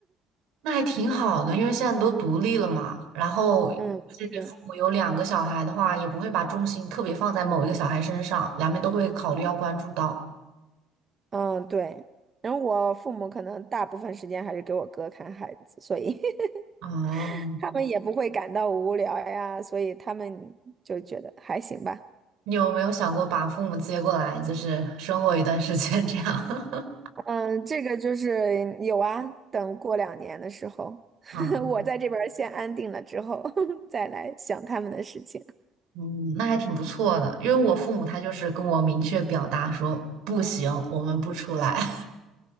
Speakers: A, on the right; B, on the right.
A: 那还挺好的，因为现在都独立了嘛。然后，而且你父母有两个小孩的话，
B: 嗯，是，
A: 也不会把重心特别放在某一个小孩身上，两边都会考虑要关注到。
B: 嗯，对。然后我父母可能大部分时间还是给我哥看孩子，所以
A: 哦，
B: <laughs> 他们也不会感到无聊呀，所以他们就觉得还行吧。
A: 你有没有想过把父母接过来，就是生活一段时间这样？<laughs>
B: 嗯，这个就是有啊，等过两年的时候，<laughs>
A: 啊，
B: 我在这边儿先安定了之后，<laughs> 再来想他们的事情。
A: 嗯，那还挺不错的。因为我父母他就是跟我明确表达说不行，我们不出来。